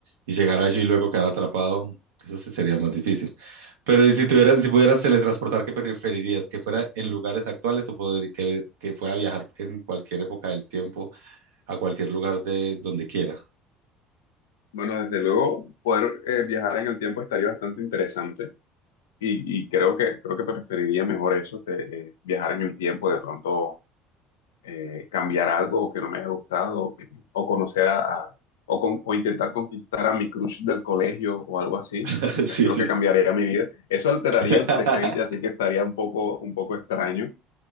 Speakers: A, on the right; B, on the left.
A: y llegar allí y luego quedar atrapado, eso sí sería más difícil. Pero ¿y si tuvieras, si pudieras teletransportar, ¿qué preferirías? ¿Que fuera en lugares actuales o poder- que, que pueda viajar en cualquier época del tiempo a cualquier lugar de donde quiera?
B: Bueno, desde luego, poder eh, viajar en el tiempo estaría bastante interesante y, y creo que, creo que preferiría mejor eso, te- eh, viajar en el tiempo, de pronto eh, cambiar algo que no me haya gustado o conocer a, a- o, con- o intentar conquistar a mi crush del colegio o algo así.
A: <laughs>
B: No sé,
A: Sí,
B: creo
A: sí.
B: que cambiaría mi vida. Eso alteraría
A: <laughs>
B: el presente, así que estaría un poco, un poco extraño